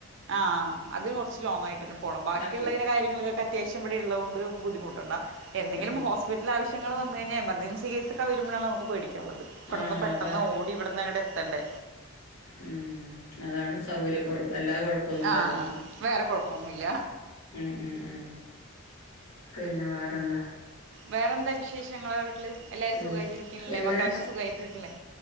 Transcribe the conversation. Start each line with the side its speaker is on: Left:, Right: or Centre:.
Right: ആഹ അതിനുകുറച്ച് ലോങ്ങയിട്ടെന്നെപോണം ബാക്കിയിള്ളന്റെ
Left: ബാക്കി
Right: കാര്യങ്ങൾക്കൊ അത്യാശ്യംവിടെള്ളോതു കൊണ്ട് ബുദ്ധിമുട്ടണ്ട എന്തങ്കിലും
Left: ആഹ്
Right: ഹോസ്പിറ്റലിൽ ആവശ്യം ങ്ങള് വന്നിയിഞ്ഞ എമർജൻസികേസൊക്കെ വരുമ്പലാണ് നമുക്ക്പേടിക്കാനുള്ളത് ഇവിന്ന്
Left: ആഹ്
Right: പെട്ടന്ന്
Left: അതാ
Right: ഓടിവിടന്ന് അങ്ങട്ടെ ട്ടെത്തണ്ടേ
Left: ഉം അതാണ് സൗകര്യകുറവ് അല്ലാതെകൊഴപ്പൊന്നുല്ലല്ലോ
Right: ആഹ് വേറെ കുഴപ്പൊന്നുല്ല
Left: ഉം ഉം ഉം പിന്നെവേറെന്താ
Right: വേറെന്താ വിശേഷ ഷങ്ങള് വീട്ടില് എല്ലാരും
Left: ഉം
Right: സുഖമായിട്ടിരിക്കുന്നില്ലേ
Left: എല്ലാരും
Right: മക്കളൊക്കെ
Left: സു
Right: സുഖായിട്ടിരിക്കുന്നില്ലേ